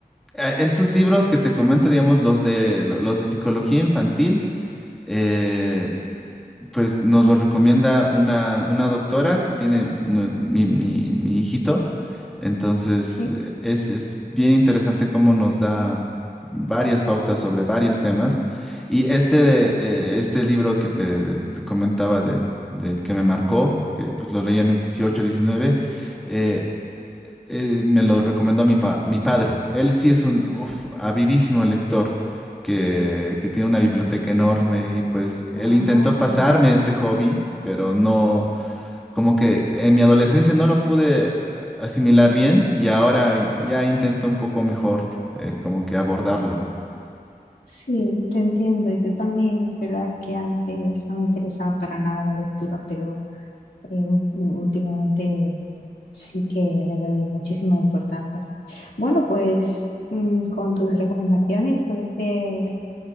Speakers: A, in the centre; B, on the left.
A: eh, estos libros que te comento, digamos, los de, lo- los de psicología infantil, eh, pues nos lo recomienda una, una doctora que tiene nue- mi, mi- mi hijito. Entonces,
B: Sí.
A: eh, es, es bien interesante cómo nos da varias pautas sobre varios temas. Y este, de, eh, este libro que te de- comentaba de, del que me marcó, que pues lo leí a mis 18 19 eh, eh, me lo recomendó mi, pa- mi padre. Él sí es un uf, avidísimo lector que, que tiene una biblioteca enorme y pues él
B: Ah,
A: intentó pasarme este hobby, pero no, como que en mi adolescencia no lo pude a- asimilar bien y ahora ya intento un poco mejor eh, como que abordarlo.
B: sí, te entiendo. Yo también es verdad que antes no me interesaba para nada la lectura, pero eh, ú- últimamente sí que le doy muchísima importancia. Bueno, pues mm, con tus recomendaciones voy a hacer